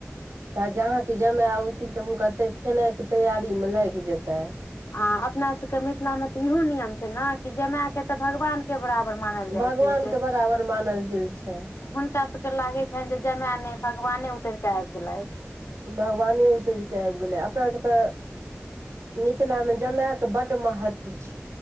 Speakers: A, on the right; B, on the left.
A: तऽ जहाँके जमा अउथिन तऽ हुनका तऽ खेनाइ के तैयारी मे लागि जेतै
B: आ अपना सभके मिथिला मे तऽ इहो नियम छै न कि जमायके तऽ भगवान के बराबर मानल जाइ
A: भगवान
B: छै जे
A: के बराबर मानल गेल छै
B: हुनका सभके लागै छनि जे जमाय नहि भगवाने उतरि कऽ आबि गेलथि
A: भगवाने उतरि कऽ आबि गेलै अपना सभके मिथिलामे जमायके बड महत्व छै